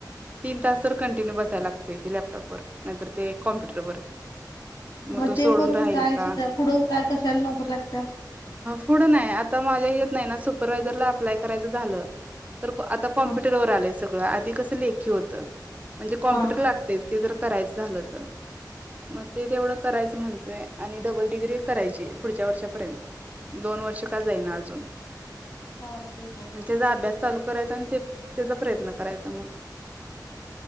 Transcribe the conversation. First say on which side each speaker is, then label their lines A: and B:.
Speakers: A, on the right; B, on the left.
A: तीन तास तर कंटिन्यू बसायला लागतय ते लॅपटॉप वर नाहितर ते कॉम्प्युटरवर
B: मग
A: तो
B: ते
A: सोडून
B: करून
A: राहील
B: काय
A: का
B: शिका पुढं काय कशाला नोकरी लागत्या?
A: पुढं नाही आता माझ्या हिच्यात नाही ना सुपरवायाझरला अप्लाय करायचं झालं तर आता कॉम्प्युटरवर
B: हा
A: आलंय सगळं आधी कसं लेखी होतं म्हणजे कॉम्प्युटर
B: हा हा
A: लागत तेच ते जर करायचं झालं तर मग ते तेवढं करायचं म्हणतोय आणि डबल डिग्री करायची पुढच्या वर्षापर्यंत दोन वर्ष का जाई ना अजून
B: चालतय की
A: त्याचा अभ्यास चालू करायचा आणि ते त्याचा प्रयत्न करायचा मग